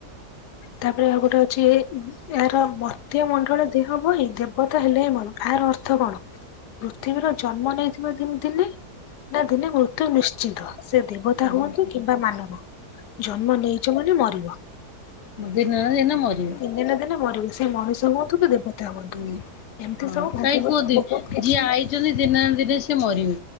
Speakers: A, on the left; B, on the left.
A: ତାପରେ ଆଉ ଗୋଟେ ଅଛି ଏ ଏହାର ମର୍ତ୍ୟ ମଣ୍ଡଳ ଦେହବହିି ଦେବତା ହେଲେ ହିଁ ମରଇ ଏହାର ଅ ଅର୍ଥ କଣ ପୃଥିବୀର ଜନ୍ମ ନେଇଥିବା ଦିନେ ନା ଦିନେ ମୃତ୍ୟୁ ନିଶ୍ଚିନ୍ତ। ସେ ଦେବତା
B: ଆଜ୍ଞା
A: ହୁଅନ୍ତୁ କିମ୍ବା ମାନବ, ଜନ୍ମ ନେଇଛ ମାନେ ମରିବ।
B: ଦିନେ ନା ଦିନେ ମରିବ।
A: ଦିନେ ନା ଦିନେ ମରିବୁ ସେଇ ମଣିଷ ହୁଅନ୍ତୁ ତ ଦେବତା ହଅନ୍ତୁ,
B: ହୁଁ।
A: ଏମିତି
B: ହଁ
A: ସବୁ ଭାଗବତର
B: କାହିଁ କୁହନ୍ତି
A: ବହୁତ କିଛି
B: ଯିଏ ଆଇଛନ୍ତି ଦିନେ ନା ଦିନେ ସି ମରିବେ,